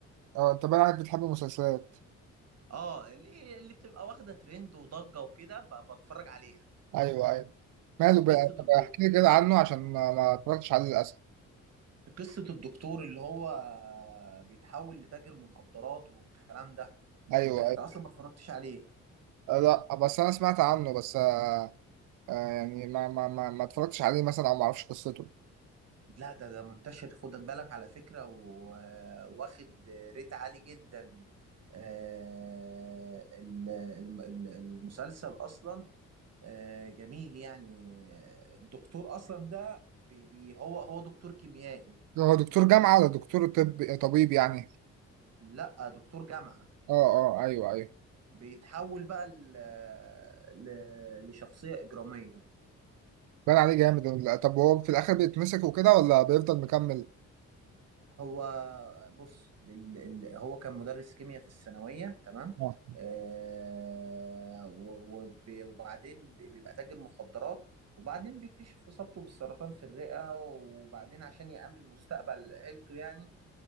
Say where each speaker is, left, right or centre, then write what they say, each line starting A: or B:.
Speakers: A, on the right; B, on the right.
A: اه انت بقى عارف بتحب المسلسلات
B: اه اللي, اللي بتبقى واخده ترند وضجه وكده ب- بتفرج عليها
A: ايوه ايوه ماله بقى
B: قصه
A: طب
B: الدكتور
A: احكي لي كده عنه عشان ما ما اتفرجتش عليه للاسف
B: قصه الدكتور اللي هو بيتحول لتاجر مخدرات والكلام ده
A: ايوه
B: انت انت
A: ايوه
B: اصلا ما اتفرجتش عليه
A: آه، لا بس انا سمعت عنه بس آه آه، يعني ما ما ما, ما اتفرجتش عليه مثلا او ما اعرفش قصته
B: لا ده ده منتشر خد بالك على فكره و- واخد ريت عالي جدا آه، ال- الم- ال- المسلسل اصلا آه، جميل يعني آه، الدكتور اصلا ده بي بي هو هو دكتور كيميائي
A: هو دكتور جامعه ولا دكتور طب طبيب يعني
B: لا دكتور جامعة
A: اه اه ايوه ايوه
B: بيتحول بقى ل- ل- لشخصية إجرامية
A: بان عليه جامد ال- طب هو في الاخر بيتمسك وكده ولا بيفضل مكمل
B: هو بص بال- ال- هو كان مدرس كيمياء في الثانوية تمام
A: اه
B: آه، و- وب- وبعدين بيبقى تاجر مخدرات وبعدين بيكتشف إصابته بالسرطان في الرئة وبعدين عشان يأمن مستقبل عيلته يعني